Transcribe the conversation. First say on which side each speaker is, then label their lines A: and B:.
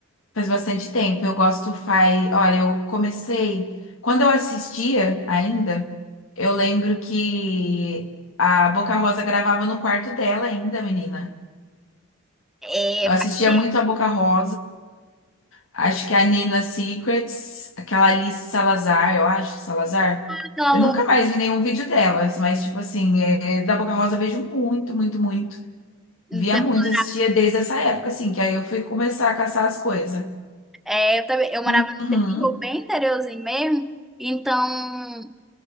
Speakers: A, on the left; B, in the centre.
A: Faz bastante tempo. Eu gosto, faz. Olha, eu comecei. Quando eu assistia ainda, eu lembro que a Boca Rosa gravava no quarto dela ainda, menina.
B: É,
A: Eu assistia
B: faz tempo
A: muito a Boca Rosa. Acho que a Nina Secrets, aquela Alice Salazar, eu acho, Salazar.
B: aquela
A: Eu
B: loira.
A: nunca mais vi nenhum vídeo delas, mas, tipo assim, é- é, da Boca Rosa eu vejo muito, muito, muito.
B: Depois
A: Via muito, assistia desde essa época, assim, que aí eu fui começar a caçar as coisas.
B: É, eu também, eu morava
A: Uhum.
B: no interior, bem interiorzinho mesmo, então